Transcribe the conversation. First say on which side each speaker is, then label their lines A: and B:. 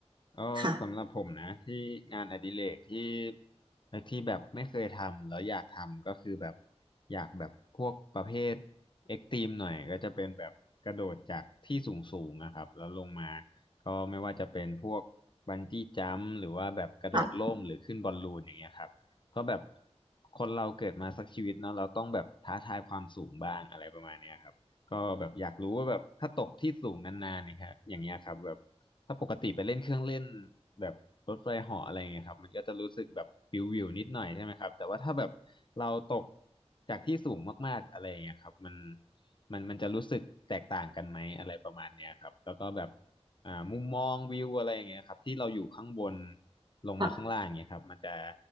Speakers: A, on the left; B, on the right.
A: ก็สำหรับผมนะที่งานอดิเรกที่
B: ค่ะ
A: ที่แบบไม่เคยทำแล้วอยากทำก็คือแบบอยากแบบพวกประเภทเอ็กตรีมหน่อยก็จะเป็นแบบกระโดดจากที่สูงสูงนะครับแล้วลงมาก็ไม่ว่าจะเป็นพวกบันจี้จัมพ์หรือว่าแบบกระโดดร่มหรือขึ้นบอลลูนอย่างเงี้ยครับก็แบบ
B: ค่ะ
A: คนเราเกิดมาสักชีวิตเนาะเราต้องแบบท้าทายความสูงบ้างอะไรประมาณเนี้ยครับก็แบบอยากรู้ว่าแบบถ้าตกที่สูงนานๆเนะครับอย่างเงี้ยครับแบบ ถ้าปกติไปเล่นเครื่องเล่นแบบรถไฟเหาะอะไรเงี้ยครับมันก็จะรู้สึกแบบวิววิวนิดหน่อยใช่ไหมครับแต่ว่าถ้าแบบเราตกจากที่สูงมากๆอะไรเงี้ยครับมันมันมันจะรู้สึกแตกต่างกันไหมอะไรประมาณเนี้ยครับแล้วก็แบบอ่ามุมมองวิวอะไรเงี้ยครับที่เราอยู่ข้างบนลงมาข้างล่างเงี้ยครับมันจะ
B: ค่ะ